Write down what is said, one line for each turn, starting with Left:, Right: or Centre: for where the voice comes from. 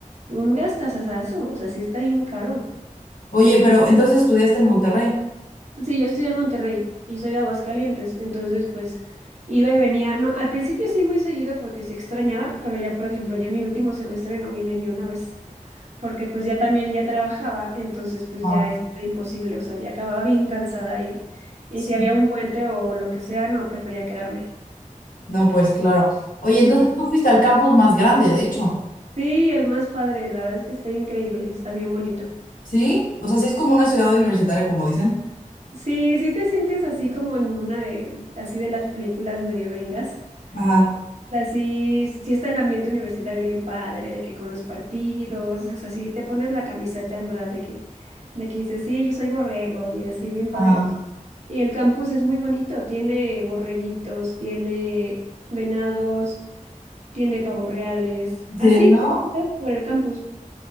Right: un gastazazazo, o sea, sí está bien caro.
Left: oye, pero entonces estudiaste en Monterrey.
Right: Sí, yo estudié en Monterrey y soy de Aguascalientes, entonces pues iba y venía, no, al principio sí muy seguido porque sí extrañaba, pero ya por ejemplo, ya mi último semestre no vine ni una vez. porque pues ya también ya trabajaba, entonces pues
Left: Ah,
Right: ya estaba imposible, o sea, ya acababa bien cansada y, y
Left: sí.
Right: si había un puente o lo que sea, no, prefería quedarme.
Left: No, pues claro. Oye,
Right: Ujú.
Left: entonces tú fuiste al campus más grande, de hecho,
Right: Sí, el más padre, la verdad es que está increíble, está bien bonito.
Left: ¿sí? O sea, sí es como una ciudad universitaria, como dicen.
Right: Sí, sí te sientes así como en una de, así de las películas medio gringas.
Left: Ajá,
Right: O sea, sí, sí está el ambiente universitario bien padre, de que con los partidos, o sea, si te pones la camiseta en verdad de que, de que dices, sí, yo soy borrego y así bien
Left: ajá.
Right: padre. Y el campus es muy bonito, tiene borreguitos, tiene venados, tiene pavos reales,
Left: ¿Sí,
Right: así
Left: no?
Right: caminando por el campus.